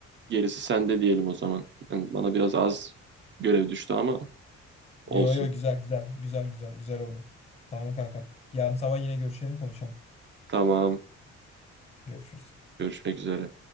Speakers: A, on the right; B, on the left.
A: Gerisi sende diyelim o zaman. Yani bana biraz az görev düştü ama
B: Yo
A: olsun.
B: yo güzel güzel. Güzel güzel. Güzel oldu. Tamam kankam. Yarın sabah yine görüşelim konuşalım.
A: Tamam.
B: Görüşürüz.
A: Görüşmek üzere.